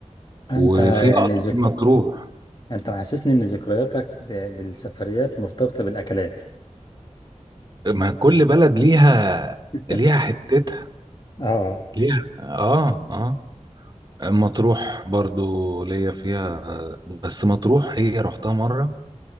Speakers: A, on the left (about 40°); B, on the right (about 35°).
A: أنت
B: وفي لقطة
A: يعني ذك...
B: مطروح
A: انت محسسني ان ذكرياتك ب- بالسفريات مرتبطة بالاكلات
B: ما كل بلد ليها
A: <laughs>
B: ليها حتتها
A: اه
B: ليها اه اه مطروح برضو ليا فيها بس مطروح هي رحتها مرة